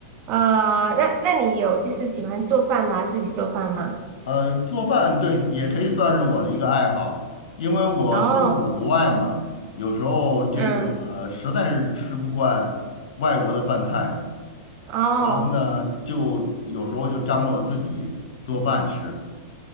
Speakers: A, on the right; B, on the left.
A: 啊，那那你有就是喜欢做饭吗？自己做饭吗？
B: 呃，做饭对也可以算是我的一个爱好，因为我身处国外嘛，
A: 哦，
B: 有时候这个呃实在是吃不惯外国的饭菜。
A: 嗯，哦，
B: 然后呢，就有时候就张罗自己做饭吃。